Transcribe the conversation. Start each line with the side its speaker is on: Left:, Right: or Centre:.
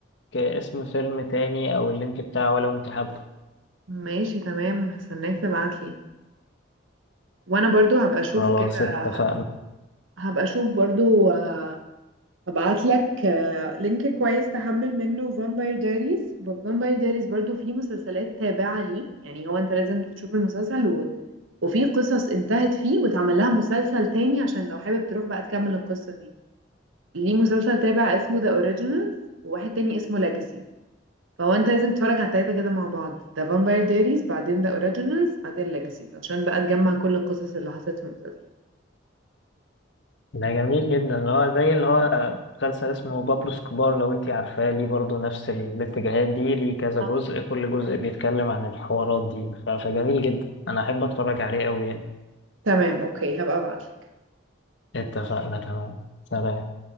Left: اسم فيلم تاني أو اللينك بتاعه لو أنت حابه
Right: ماشي تمام هستناك تبعتلي وانا برضو هبقى اشوف
Left: خلاص
Right: كده
Left: اتفقنا
Right: هبقى اشوف برضو آه، هبعت لك آه، لينك كويس تحمل منه فامباير دايريز فامباير دايريز برضو فيه مسلسلات تابعة ليه يعني هو انت لازم تشوف المسلسل و... وفي قصص انتهت فيه واتعمل لها مسلسل تاني عشان لو حابب تروح بقى تكمل القصة دي ليه مسلسل تابع اسمه ذا اوريجينالز وواحد تاني اسمه ليجاسيز فهو انت لازم تتفرج على التلاتة كده مع بعض ذا فامباير دايريز بعدين ذا اوريجينالز بعدين ليجاسيز عشان بقى نجمع كل القصص اللي حصلت في المسلسل
Left: ده جميل جدا اللي هو زي اللي هو مسلسل اسمه بابلو سكوبار لو أنت عارفاه ليه برضه نفس الاتجاهات دي ليه كذا
Right: آه.
Left: جزء كل جزء بيتكلم عن الحوارات دي ف- فجميل جدا أنا أحب أتفرج عليه أوي يعني
Right: تمام اوكي هبقى ابعتلك
Left: اتفقنا تمام سلام